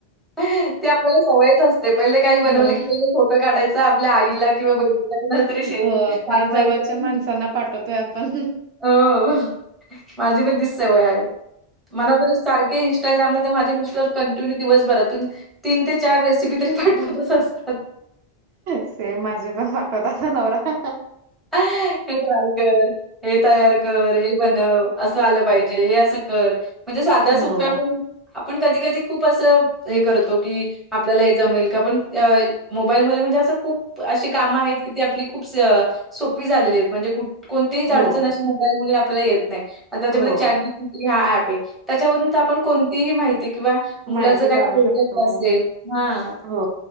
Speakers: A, in the centre; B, on the right (about 80°).
A: ते आपल्याला सवयच असते पहिले काही बनवले
B: हो
A: की पहिले फोटो काढायचा आपल्या आईला किंवा कुणाला तरी शेवट
B: हो आपल्या
A: पाठवायचं.
B: जवळच्या माणसांना पाठवतोय आपण
A: हो. माझी पण तीच सवय आहे, मला तर सारख इंस्टाग्राला तर, माझे मिस्ट कंटिन्यू दिवसभरातून, तीन ते चार रेसिपी तरी पाठवतच असतात.
B: सेम माझे पण पाठवतात नवरा.
A: हे ट्राय कर. हे तयार कर हे बनव असं आलं पाहिजे, हे असं कर म्हणजे साध्या
B: हो
A: सोप्या पण. कधी कधी खुप असं हे, करतो की आपल्याला येत जमेल का पण मोबाईल म्हणजे, अस खूप अशी काम आहेत की आपली. खूप सोपी झालेली आहेत. म्हणजे कोणतीहीच
B: हो
A: अडचण अशी मोबाईलमुळे आपल्याला येत नाही. त्यांच्यामध्ये
B: हो
A: चॅट जी टी पी हा ऍप आहे. त्याच्यावरून आपण कोणतीही माहिती किंवा, मुलाचं
B: माहिती
A: काही
B: काढू
A: प्रोजेक्ट
B: शकतो.
A: असेल हा.
B: हो,